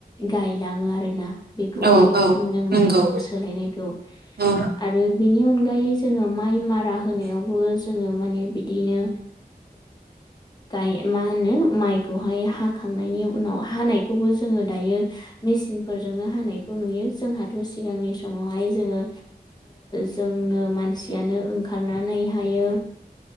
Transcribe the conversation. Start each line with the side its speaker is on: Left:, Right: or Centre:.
Left: गायलाङो आरो ना बेखौहाय
Right: औ औ
Left: नुनो मोनो
Right: नंगौ
Left: औ सोलायनायखौ
Right: औ
Left: आरो बिनि अनगायै जोङो माइ मारा होनायावबो जोङो माने बिदिनो गाय मा होनो माइखौहाय हाखांनायनि उनाव हानायखौबो जोङो दायो मेसिनफोरजोंनो हानायखौ नुयो जोंहाथ' सिगांनि समावहाय जोङो जों <unintelligible> मानसियानो ओंखारनानै हायो